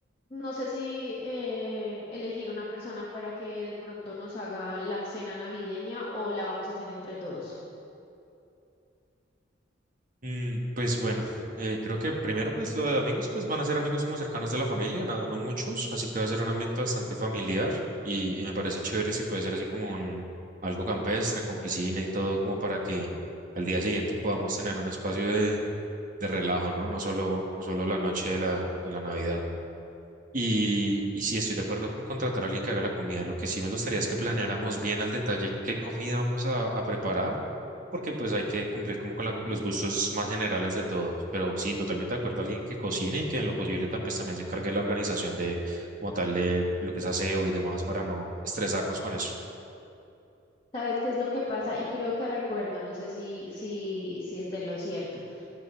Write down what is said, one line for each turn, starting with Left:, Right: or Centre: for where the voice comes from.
Left: No sé si eh, elegir una persona para que de pronto nos haga la cena navideña o la vamos a hacer entre todos.
Right: Mm, pues bueno, eh, creo que primero pues lo de amigos pues van a ser amigos como cercanos de la familia, nada, no muchos, así que va a ser un ambiente bastante familiar y, y me parece chévere si puede ser así como un algo campestre con piscina y todo como para que al día siguiente podamos tener un espacio de, de relajo, ¿no? No solo, no solo la noche de la, de la Navidad. Y, y sí, estoy de acuerdo con contratar a alguien que haga la comida. Lo que sí me gustaría es que planeáramos bien al detalle qué comida vamos a, a preparar, porque pues hay que cumplir como con la gu- los gustos más generales de todos. Pero sí, totalmente de acuerdo, alguien que cocine y que en lo posible tam- pues, también se encargue de la organización de como tal de lo que es aseo y demás para no estresarnos con eso.
Left: ¿Sabes qué es lo que pasa? Y creo que recuerdo, no sé si, si, si esté en lo cierto.